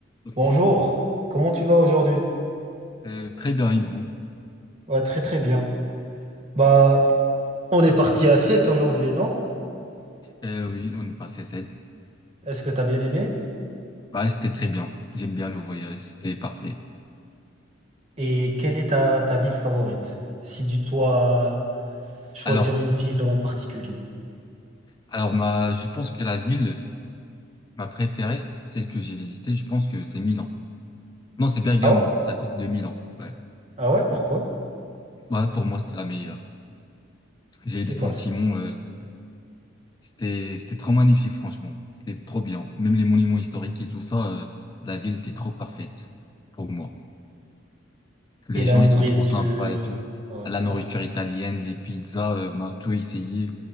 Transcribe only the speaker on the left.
Ok,
Euh, très bien, et vous
Euh, oui, on est passé à cette.
Bah, c'était très bien. J'aime bien le voyage, c'était parfait.
Alors,
alors ma, je pense que la ville, ma préférée, celle que j'ai visitée, je pense que c'est Milan. Non, c'est Bergamo,
c'est à côté de Milan. Ouais.
Ouais, pour moi, c'était la meilleure. J'ai
eu des
sentiments,
euh, c'était, c'était trop magnifique, franchement. C'était trop bien. Même les monuments historiques et tout ça, euh, la ville était trop parfaite pour moi. Les
gens,
ils sont trop sympas et tout.
La nourriture
italienne, les pizzas, euh, on a tout essayé.